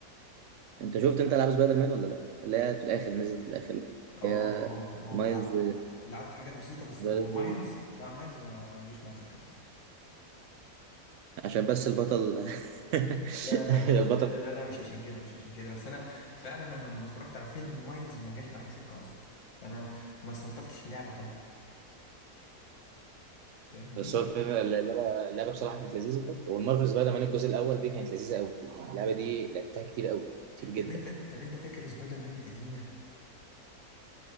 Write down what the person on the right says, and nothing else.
انت شفت انت العاب سبايدر مان ولا لا اللي هي في الاخر نزل في الاخر اللي
هي
مايلز
آه،
عشان بس البطل <laughs>
البطل
بس هو الفيلم اللعبه اللعبه بصراحه كانت لذيذه والمارفل سبايدر مان الجزء الاول دي كانت لذيذه قوي اللعبه دي لعبتها كتير قوي كتير جدا